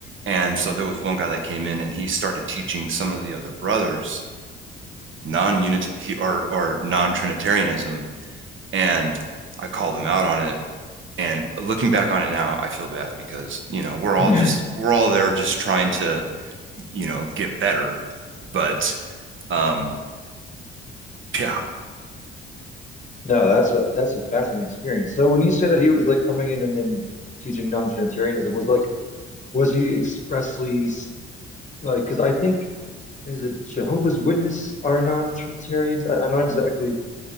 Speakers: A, on the right; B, on the left.
A: And so there was one guy that came in and he started teaching some of the other brothers non-unity or or non-trinitarianism and I called him out on it. And looking back on it now, I feel bad because, you know, we're all
B: <laughs>
A: just, we're all there just trying to, you know, get better. But um, yeah,
B: No, that's a that's a fascinating experience. So when you say that he was like coming in and, and teaching non-Trinitarianism, was like was he expressly s- like because I think is it Jehovah's Witness are non-Trinitarians? I, I'm not exactly.